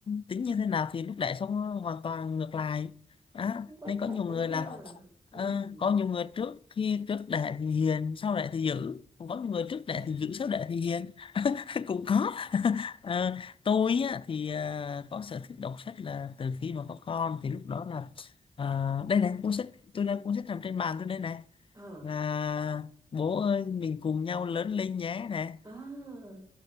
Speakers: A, on the left (about 40°); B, on the right (about 25°).
A: tính như thế nào thì lúc đẻ xong nó hoàn toàn ngược lại á
B: cũng có
A: nên
B: thể
A: có nhiều người
B: ha
A: là
B: Ừm.
A: ờ, có nhiều người trước khi trước đẻ thì hiền sau đẻ thì dữ còn có nhiều người trước đẻ
B: <laughs>
A: thì dữ sau đẻ thì hiền <laughs> cũng có <laughs> Ờ, tôi á, thì ờ, có sở thích đọc sách là từ khi mà có con thì lúc đó là ờ, đây này cuốn sách tôi đang cuốn sách nằm trên bàn tôi đây này
B: à
A: là bố ơi mình cùng nhau lớn lên nhé này
B: à